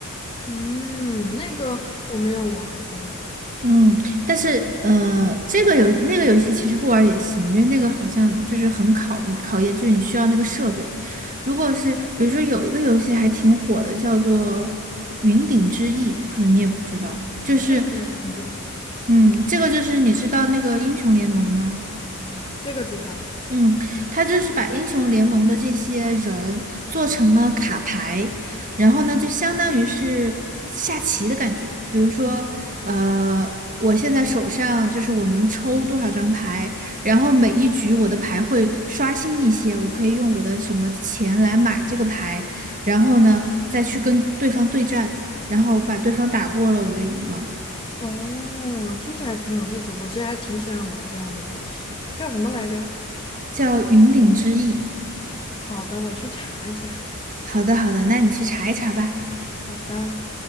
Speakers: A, on the left; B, on the right.
A: 嗯，那个我没有玩儿过，哎，
B: 嗯，但是呃，这个游那个游戏其实不玩儿也行，因为那个好像就是很考考验，就是你需要那个设备。如果是比如说有一个游戏还挺火的，叫做《云顶之弈》，可能你也不知道，就是。
A: 这个没听过，
B: 嗯，这个就是你知道那个英雄联盟吗？
A: 这个知道。
B: 嗯，他就是把英雄联盟的这些人做成了卡牌，然后呢，就相当于是下棋的感觉。比如说，呃，我现在手上就是我能抽多少张牌，然后每一局我的牌会刷新一些，我可以用我的什么钱来买这个牌，然后呢，再去跟对方对战，然后把对方打过了，我就赢了，
A: 哦，听起来挺有意思，我其实还挺喜欢玩这样的游戏的，叫什么来着？
B: 叫云顶之弈。
A: 好的，我去查一下。
B: 好的，好的，那你去查一查吧。
A: 好的。